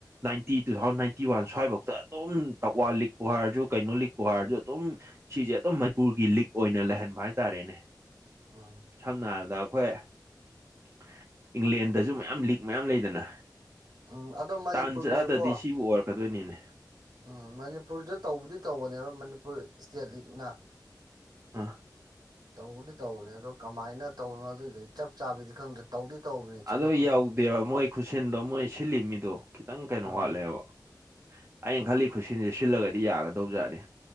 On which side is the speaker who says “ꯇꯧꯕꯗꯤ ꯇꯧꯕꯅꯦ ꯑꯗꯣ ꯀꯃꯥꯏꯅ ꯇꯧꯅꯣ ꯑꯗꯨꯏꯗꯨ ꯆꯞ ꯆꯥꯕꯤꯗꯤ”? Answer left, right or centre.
Right